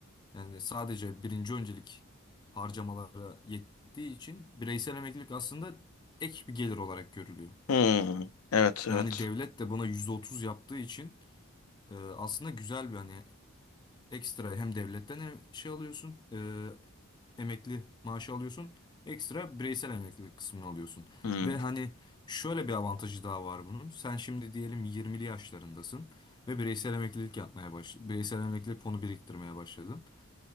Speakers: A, on the left; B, on the left.
A: Yani sadece birinci öncelik harcamalara yettiği için bireysel emeklilik aslında ek bir gelir olarak görülüyor.
B: Hmm, evet evet.
A: Ve hani devlet de buna %30 yaptığı için e, aslında güzel bir hani ekstra hem devletten hem şey alıyorsun e, emekli maaşı alıyorsun ekstra bireysel emeklilik kısmını alıyorsun.
B: Hmm,
A: Ve hani şöyle bir avantajı daha var bunun. Sen şimdi diyelim 20'li yaşlarındasın ve bireysel emeklilik yapmaya baş bireysel emeklilik fonu biriktirmeye başladın.